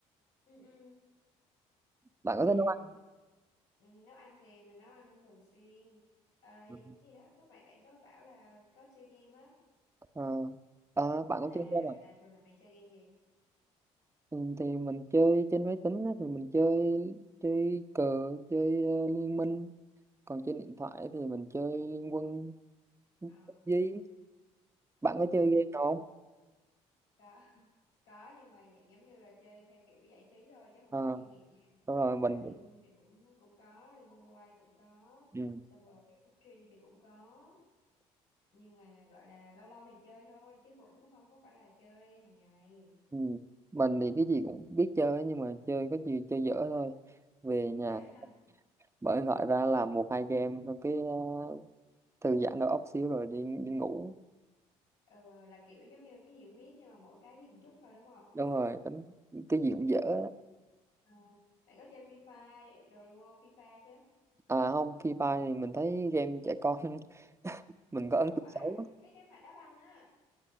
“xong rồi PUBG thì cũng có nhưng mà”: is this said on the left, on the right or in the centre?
Left